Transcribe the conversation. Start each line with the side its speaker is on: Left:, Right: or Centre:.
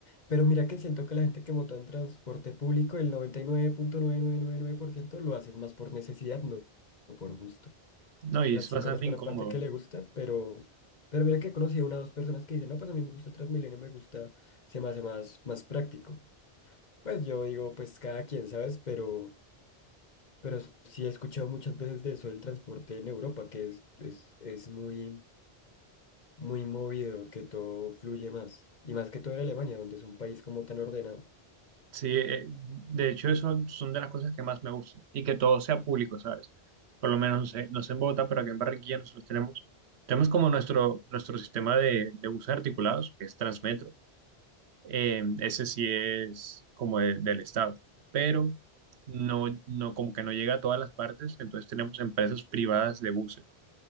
Left: pero mira que siento que la gente que monta en transporte público, el noventa y nueve punto nueve nueve nueve nueve punto por ciento lo hace es más por necesidad, no no por gusto.
Right: No, y
Left: O
Right: es
Left: sea, sí
Right: bastante
Left: conozco
Right: incómodo.
Left: la parte que le gusta, pero, pero mira que he conocido una o dos personas que dicen, no, pues a mí me gusta el Transmilenio, me gusta, se me hace más, más práctico. Pues yo digo, pues cada quien, ¿sabes? Pero, pero sí he escuchado muchas veces de eso del transporte en Europa, que es, es, es muy, muy movido, que todo fluye más. Y más que todo en Alemania, donde es un país como tan ordenado.
Right: Sí, eh, de hecho, eso son de las cosas que más me gustan. Y que todo sea público, ¿sabes? Por lo menos, no sé, no sé en Bogotá, pero aquí en Barranquilla nosotros tenemos, tenemos como nuestro, nuestro sistema de, de buses articulados, que es Transmetro. eh, ese sí es como de- del Estado, pero no, no, como que no llega a todas las partes, entonces tenemos empresas privadas de buses